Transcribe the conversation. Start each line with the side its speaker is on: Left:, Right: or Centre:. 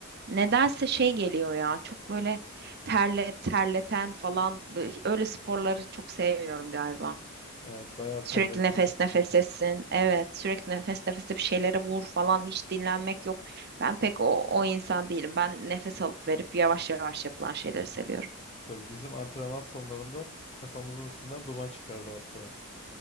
Right: nedense şey geliyor ya. Çok böyle terle terleten falan böyle- öyle sporları çok sevmiyorum galiba.
Left: Evet bayağı
Right: Sürekli
Left: terletiyor.
Right: nefes nefesesin. Evet, sürekli nefes nefese bir şeylere vur falan hiç dinlenmek yok. Ben pek o, o insan değilim. Ben nefes alıp verip yavaş yavaş yapılan şeyleri seviyorum.
Left: Tabii bizim antrenman sonlarında kafamızın üstünden duman çıkardı hatta.